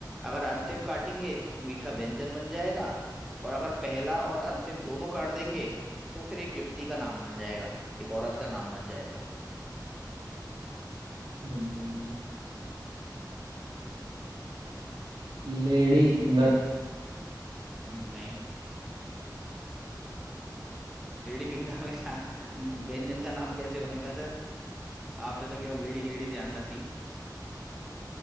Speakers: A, in the centre; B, on the right (about 80°).
A: अगर अंतिम काटेंगे तो मीठा व्यंजन बन जाएगा और अगर पहला और अंतिम दोनों काट देंगे तो फिर एक युवती का नाम बन जाएगा एक औरत का नाम बन जाएगा
B: हम्म Lady finger
A: नहीं लेडी फिंगर में क्या व्यंजन का नाम कैसे बनेगा सर आपने तो केवल लेडी लेडी ध्यान रख ली